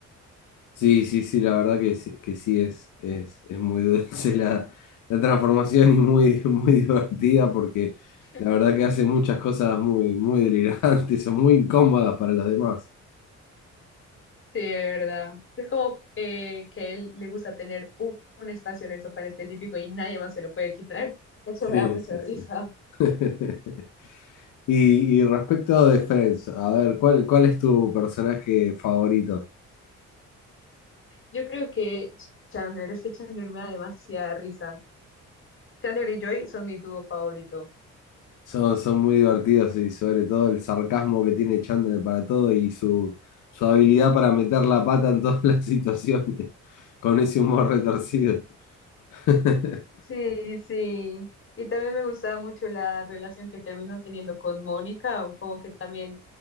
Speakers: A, on the left; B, on the left.
A: Sí, sí, sí, la verdad que sí, que sí es, es, es muy dulce <laughs> la, la transformación y muy, <laughs> muy divertida porque
B: <laughs>
A: la verdad que hace muchas cosas muy, muy delirantes <laughs> o muy incómodas para los demás.
B: Sí, de verdad. Es como eh, que él le gusta tener un, un espacio en el sofá en específico y nadie más se lo puede quitar. <laughs> Eso
A: Sí,
B: me da mucha
A: sí,
B: risa.
A: sí. <laughs> Y, y respecto de Friends, a ver, ¿cuál, cuál es tu personaje favorito?
B: Yo creo que Chandler, es que Chandler me da demasiada risa. Chandler y Joy son mi dúo favorito.
A: Son, son muy divertidos y sobre todo el sarcasmo que tiene Chandler para todo y su, su habilidad para meter la pata en todas las situaciones <laughs> con ese humor retorcido. <laughs>
B: Sí, sí. Y también me gustaba mucho la relación que terminó teniendo con Mónica, o como que también,